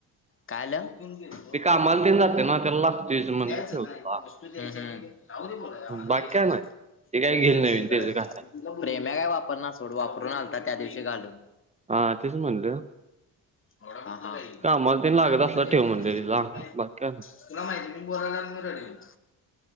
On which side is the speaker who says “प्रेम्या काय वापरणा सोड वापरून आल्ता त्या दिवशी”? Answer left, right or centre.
Left